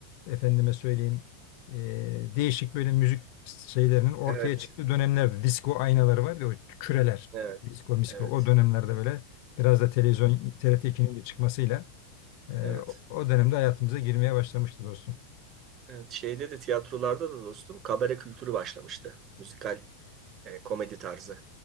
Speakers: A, on the left; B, on the right.
A: efendime söyleyeyim e, değişik böyle müzik şeylerinin ortaya
B: Evet.
A: çıktığı dönemlerde disco aynaları var ya o küreler
B: Evet.
A: disco misko
B: Evet.
A: o dönemlerde böyle biraz da televizyon TRT2'nin de çıkmasıyla e,
B: Evet.
A: o o dönemde hayatımıza girmeye başlamıştı dostum.
B: Evet. Şeyde de tiyatrolarda da dostum kabare kültürü başlamıştı. Müzikal e, komedi tarzı.